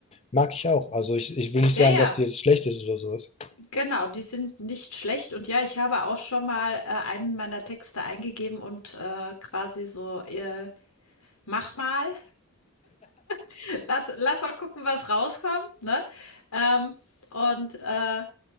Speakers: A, on the left; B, on the left.
A: mag ich auch. Also ich, ich will nicht
B: Ja,
A: sagen,
B: ja.
A: dass die jetzt schlecht ist oder sowas.
B: Genau, die sind nicht schlecht. Und ja, ich habe auch schon mal, äh, einen meiner Texte eingegeben und, äh, quasi so, äh: „Mach mal, <laughs> lass lass mal gucken, was rauskommt“, ne? Ähm, und, äh,